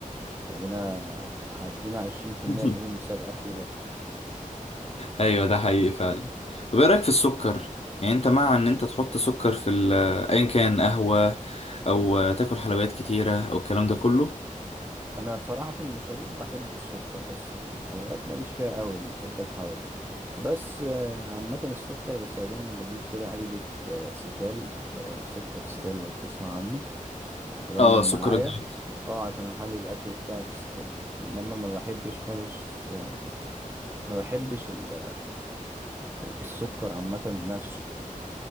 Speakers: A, on the right; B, on the left.
A: بقينا عدينا عشرين في المية
B: <laughs>
A: دهون بسبب أكل بره
B: ايوه ده حقيقي فعلا طب ايه رايك في السكر يعني انت مع ان انت تحط سكر في ال- ايا كان قهوه او تاكل حلويات كتيره او الكلام ده كله
A: أنا بصراحة في المشاريب بحب السكر بس في الحلويات ماليش فيها قوي أنا بحب الحوادق بس آه، عامة السكر بستخدمه أنا بجيب كده علبة آه، ستال آه، سكر ستال لو تسمع عنه فدايما
B: اه
A: معايا
B: سكر الدايت
A: اه عشان أحلي الأكل بتاعي بالستال إنما ما بحبش خالص آه، ما بحبش ال- السكر عامة نفسه